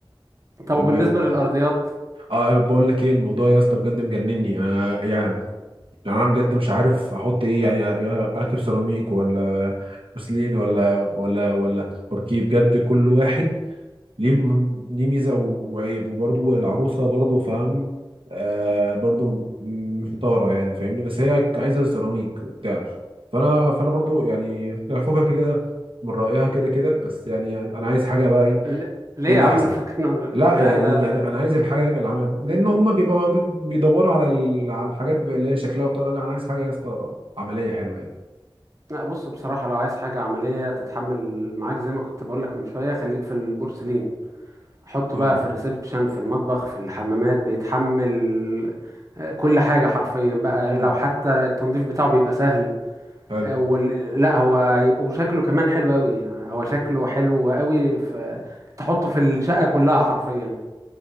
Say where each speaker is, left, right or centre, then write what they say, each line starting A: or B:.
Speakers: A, on the right; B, on the right.
A: طب
B: تمام
A: وبالنسبه للارضيات
B: اه بقول لك ايه الموضوع يا اسطى بجد مجنني آه يعني يعني انا بجد مش عارف احط ايه يعني اركب سيراميك ولا بوسلين ولا ولا ولا بوركيه بجد كل واحد ليه م- ليه ميزه وعيب وبرضه العروسه برضه فاهم آه برضه محتاره يعني فاهمني بس هي عايزه سيراميك وبتاع فانا فانا برضه يعني يعني فكك كده من رايها كده كده بس يعني انا عايز حاجه بقى ايه
A: ل... ليه
B: ايه الاحسن
A: يا عم نفكنا
B: لا
A: لا
B: يعني
A: لا لا
B: يعني انا عايز الحاجه العمام لان هم بيبقوا بي- بيدوروا على ال... على الحاجات اللي هي شكلها وبتاع ده. لا انا عايز حاجه يا اسطى عمليه حلوه يعني
A: لا بص بصراحة لو عايز حاجة عملية تتحمل معاك زي ما كنت بقولك من شوية خليك في البورسلين حطه
B: اه
A: بقى في الريسبشن في المطبخ في الحمامات بيتحمل آه، كل حاجة حرفيا بقى
B: امم
A: لو حتى التنظيف بتاعه بيبقى سهل
B: حلو
A: آه، وال... لا هو يبقى وشكله كمان حلو قوي يعني هو شكله حلو قوي في... تحطه في الشقة كلها حرفيا